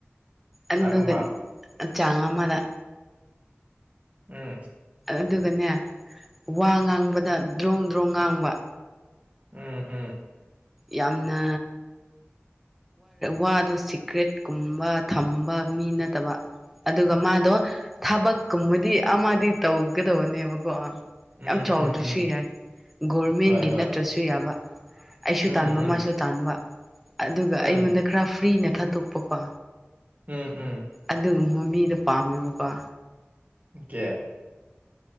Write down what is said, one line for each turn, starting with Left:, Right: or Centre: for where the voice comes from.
Centre: ꯑꯗꯨꯒ
Right: ꯆꯥꯛ ꯑꯃ
Centre: ꯆꯥꯡ ꯑꯃꯗ
Right: ꯎꯝ
Centre: ꯑꯗꯨꯒꯅꯦ ꯋꯥ ꯉꯥꯡꯕꯗ ꯗ꯭ꯔꯣꯡ ꯗ꯭ꯔꯣꯡ ꯉꯥꯡꯕ
Right: ꯎꯝ ꯎ
Centre: ꯌꯥꯝꯅ ꯋꯥꯗꯣ ꯁꯤꯀ꯭ꯔꯦꯠꯀꯨꯝꯕ ꯊꯝꯕ ꯃꯤ ꯅꯠꯇꯕ ꯑꯗꯨꯒ ꯃꯥꯗꯣ ꯊꯕꯛꯀꯨꯝꯕꯗꯤ ꯑꯃꯗꯤ ꯇꯧꯒꯗꯧꯕꯅꯦꯕꯀꯣ
Right: ꯎꯝ
Centre: ꯌꯥꯝ ꯆꯥꯎꯗ꯭ꯔꯁꯨ
Right: ꯎꯝ ꯎꯝ
Centre: ꯌꯥꯏ ꯒꯣꯔꯃꯦꯟꯒꯤ
Right: ꯍꯣꯏ ꯍꯣꯏ
Centre: ꯅꯠꯇ꯭ꯔꯁꯨ ꯌꯥꯕ ꯑꯩꯁꯨ
Right: ꯎꯝ
Centre: ꯇꯥꯟꯕ
Right: ꯎꯝ
Centre: ꯃꯥꯁꯨ ꯇꯥꯟꯕ ꯑꯗꯨꯒ
Right: ꯎꯝ
Centre: ꯑꯩꯉꯣꯟꯗ ꯈꯔ ꯐ꯭ꯔꯤꯅ ꯊꯥꯗꯣꯛꯄꯀꯣ
Right: ꯎꯝ ꯎꯝ
Centre: ꯑꯗꯨꯒꯨꯝꯕ ꯃꯤꯗꯣ ꯄꯥꯝꯃꯦꯕꯀꯣ
Right: ꯀꯦꯌꯥ